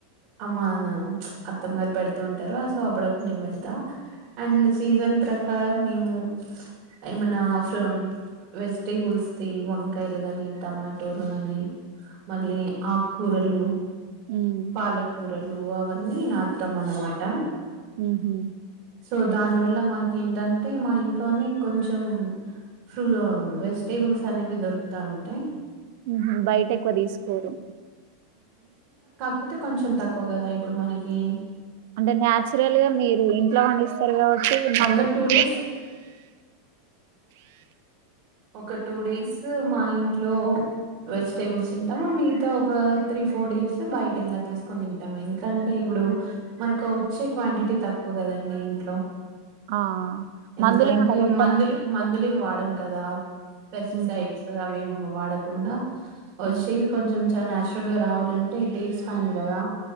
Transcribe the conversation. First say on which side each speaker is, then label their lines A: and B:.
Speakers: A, on the right; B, on the right.
A: అ మన అత్తమ్మ గారు పెడుతూ ఉంటారు అ సో అప్పుడప్పుడు నేను పెడతా అండ్ సీజన్ ప్ర కార మేము ఏమనా ఫ్రమ్ వెజిటేబుల్స్ది వంకాయలు గాని టమాటోలు కానీ మళ్ళీ ఆకూరలు
B: హ్మ్.
A: పాలకూరలు అవన్నీ నాటుతాం అన్నమాట
B: ఉమ్ హు
A: సో దాని వల్ల మాకెంటంటే మా ఇం లోని కొంచెం ఫ్రూ వెజిటేబుల్స్ అనేవి దొరుకుతా ఉంటాయి
B: ఉహూ బయట ఎక్కువ తీసుకోరు
A: పోతే కొంచెం తక్కువ కదా ఇప్పుడు మనకి
B: అంటే న్యాచురల్ గా మీరు ఇంట్లో పండిస్తారు కాబట్టి
A: ఒక
B: అంధరామ్
A: టూ డేస్ ఒక టూ డేస్ మా ఇంట్లో వెజిటేబుల్స్ తింటాము, మిగతా ఒక త్రీ ఫోర్ డేస్ బయట ఇలా తీసుకొని తింటాము ఎందుకంటే ఇప్పుడు మనకు వచ్చే క్వాంటిటీ తక్కువ కదండి ఇంట్లో.
B: ఆ!
A: ఎందుకంటే
B: మందులేమన్నా కొడతారాండి
A: మందులు
B: మీరు?
A: మందులుం వాడం కదా. పెస్టిసైడ్స్
B: హుహు.
A: అవే వాడకుండా వచి
B: హ్మ్.
A: కొంచం చ నాచురల్ గా రావాలంటే టేక్స్ ఫామ్ కదా.